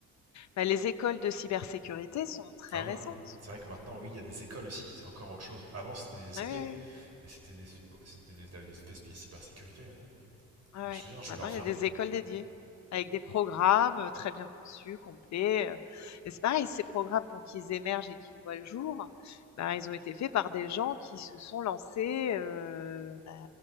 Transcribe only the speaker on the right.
Ah oui,
c'est vrai que maintenant, oui, il y a des écoles aussi, c'est encore autre chose. Avant, c'était des SP,
et c'était des, bon, c'était des, t'avais des SP spé- cybersécurité, ouais.
On se souvient, je voulais
en faire
une.